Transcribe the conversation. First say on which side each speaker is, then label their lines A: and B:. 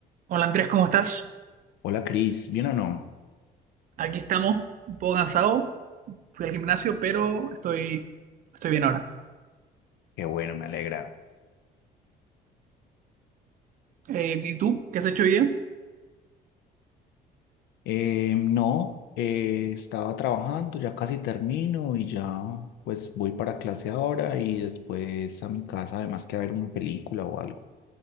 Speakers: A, on the right (about 55°); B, on the left (about 80°).
A: Hola Andrés, ¿cómo estás?
B: Hola Cris, ¿bien o no?
A: Aquí estamos, un poco cansado, fui al gimnasio, pero estoy, estoy bien ahora.
B: Qué bueno, me alegra.
A: Eh, ¿y tú? ¿Qué has hecho hoy día?
B: Eh, no, eh, estaba trabajando, ya casi termino y ya pues voy para clase ahora y después a mi casa, además que a ver una película o algo.